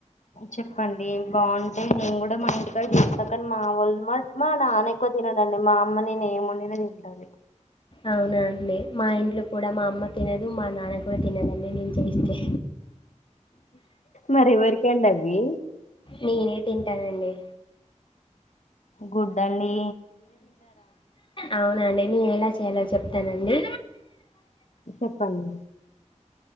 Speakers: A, on the left; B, on the left.
A: చెప్పండి బాగుంటే నేను మా ఇంటికాడ చస్తకం మావల్మ మట్ మా నాన్న ఎక్కువ తినడం అే మా అమ్మ నేను ఏం బండిన తింటది
B: అవునా అండి మా ఇంట్లో కూడా మా అమ్మ తో తినదు మా నాన్న కూడా తినదండి నేను చేస్తే
A: మరి ఎవరీకండావి
B: నేనే తింటానండి
A: గుడ్ డండి
B: అవునండి నేన్ ఎలా చేయాలో చెప్తానండి
A: చెప్పండి